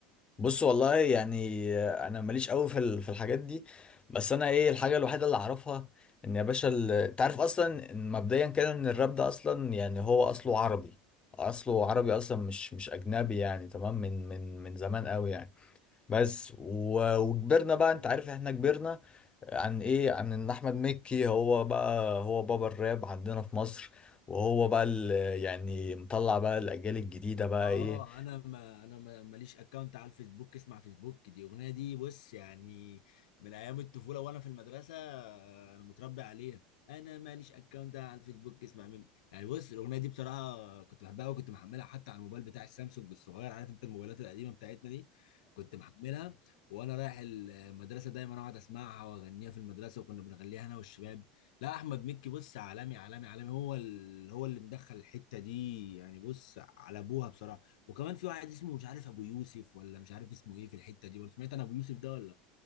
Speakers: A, on the left; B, on the left.
A: بص والله يعني انا ماليش قوي في ال- في الحاجات دي بس انا ايه الحاجه الوحيده اللي اعرفها ان يا باشا ال- انت عارف اصلا إن مبدئيا كده ان الراب ده اصلا يعني هو اصله عربي اصله عربي اصلا مش مش اجنبي يعني تمام من من من زمان قوي يعني بس و- وكبرنا بقى انت عارف احنا كبرنا عن ايه عن ان احمد مكي هو بقى هو بابا الراب عندنا في مصر وهو بقى ال- يعني مطلع بقى الاجيال الجديده بقى
B: اه
A: ايه
B: انا ما انا ما ماليش اكونت على الفيسبوك اسمع فيسبوك دي اغنيه دي بص يعني من ايام الطفوله وانا في المدرسه آه، انا متربي عليها انا ماليش اكونت على الفيسبوك اسمع مين يعني بص الاغنيه دي بصراحه كنت بحبها وكنت محملها حتى على الموبايل بتاع السامسونج الصغير عارف انت الموبايلات القديمه بتاعتنا دي كنت محملها وانا رايح المدرسه دايما اقعد اسمعها واغنيها في المدرسه وكنا بنغنيها انا والشباب لا احمد مكي بص عالمي عالمي عالمي هو ال... هو اللي مدخل الحته دي يعني بص على ابوها بصراحه وكمان في واحد اسمه مش عارف ابو يوسف ولا مش عارف اسمه ايه في الحته دي ولا سمعت انا ابو يوسف ده ولا